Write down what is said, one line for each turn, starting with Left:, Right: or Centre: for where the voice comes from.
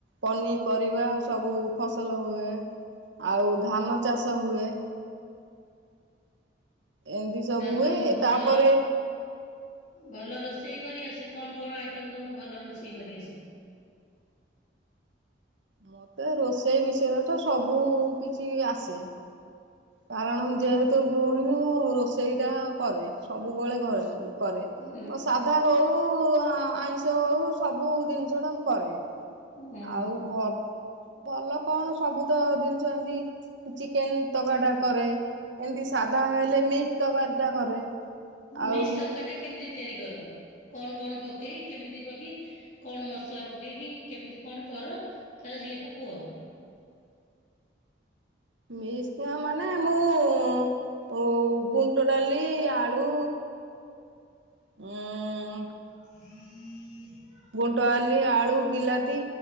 Right: ପନି। ପରିବା ସବୁ ଫସଲ ହୁଏ ଆଉ ଧାନ ଚାଷ ହୁଏ। ଏମିତି ସବୁ
Left: ଆଉ
Right: ହୁଏ
Left: ତମକୁ ଭଲ
Right: ତାପରେ।
Left: ଭଲ ରୋଷେଇ କରିଆସେ। କଣ କଣ ଆଇଟମ ତମକୁ ଭଲ ରୋଷେଇ କରିଆସେ?
Right: ମତେ ରୋଷେଇ ବିଷୟରେ ତ ସବୁ କିଛି ଆସେ। କାରଣ ମୁଁ ଯେହେତୁ ଗୃହିଣୀ ରୋଷେଇ ଟା କରେ। ସବୁବେଳେ ଘରେ କରେ
Left: ଉଁ
Right: ମ ସାଧା ହଉ ଆଇ। ସେ ହଉ ସବୁ ଜିନିଷ ଟା ମୁଁ କରେ।
Left: ଉଁ
Right: ଆଉ ଭଲ। ଭଲ କଣ। ସବୁ ତ ଜିନିଷ ଏମିତି ଚିକେନ ତକାରଟା କରେ। ଏମିତି
Left: ଉଁ
Right: ସାଧା ହେଲେ ମିକ୍ସ ତକାରୀ ଟା କରେ। ଆଉ
Left: ମିକ୍ସ ତରକାରି ଟା କେମିତି ତିଆରି କର? କଣ କଣ ପକେଇ କେମିତି କରିକି? କଣ ମସଲା ପକେଇକି କେମିତି କଣ କର ତ ସେଇଟା କୁଅ?
Right: ମେକ୍ସ ଟା ମାନେ ମୁଁ ଗୁଣ୍ଟ ଡାଲି ଆଳୁ। ଉଁ। <inaudible>
Left: <inaudible>
Right: ଗୁଣ୍ଟ ଆଲି ଆଳୁ ବିଲାତି